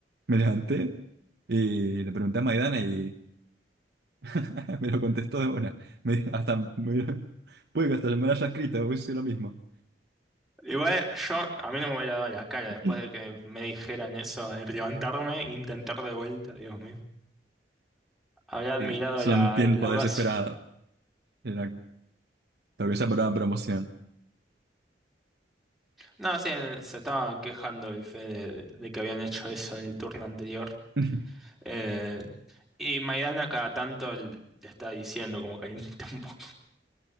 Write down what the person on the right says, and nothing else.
Me levanté y le pregunté a Maidana y <laughs> me lo contestó de una. Me- <laughs> hasta me- puede que hasta me lo haya escrito, hubiese sido lo mismo.
<clears throat>
Y son
tiempos
desesperados. Era lo que se apuraba promoción.
<laughs>